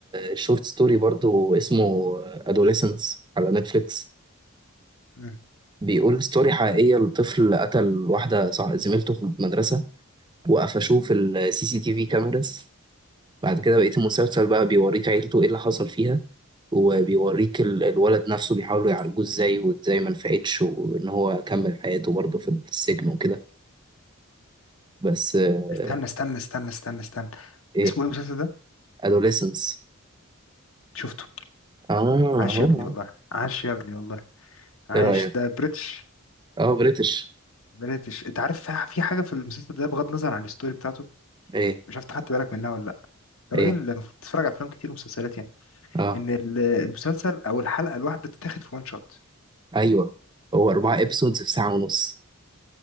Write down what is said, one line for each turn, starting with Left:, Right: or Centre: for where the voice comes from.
Right: شورت ستوري برضو اسمه ادوليسنس على نتفليكس
Left: مم.
Right: بيقول ستوري حقيقيه لطفل قتل واحده صع- زميلته في المدرسه وقفشوه في السي سي تي في كاميراز بعد كده بقيه المسلسل بقى بيوريك عيلته ايه اللي حصل فيها وبيوريك ال- الولد
Left: مم.
Right: نفسه بيحاولوا يعالجوه ازاي وازاي ما نفعتش وان هو كمل حياته برضه في السجن وكده بس آه،
Left: استنى استنى استنى استنى استنى
Right: ايه
Left: اسمه ايه المسلسل ده
Right: adolescence
Left: شفته
Right: اه
Left: عاش
Right: هو
Left: يا ابني والله عاش يا ابني والله عاش
Right: ايه رأيك
Left: ده بريتش
Right: اه بريتش
Left: بريتش انت عارف في في حاجه في المسلسل ده بغض النظر عن الستوري بتاعته
Right: ايه
Left: مش عارف خدت بالك منها ولا لا الراجل
Right: ايه
Left: المفروض تتفرج على افلام كتير ومسلسلات يعني
Right: اه
Left: ان المسلسل او الحلقه الواحده بتتاخد في وان شوت
Right: ايوه هو اربعة ابسودز في ساعة ونص